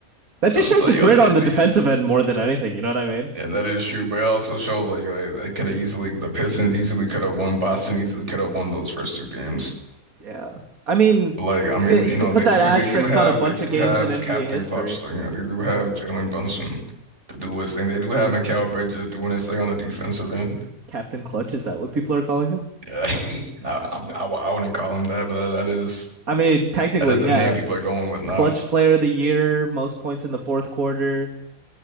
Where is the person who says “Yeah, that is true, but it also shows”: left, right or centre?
Right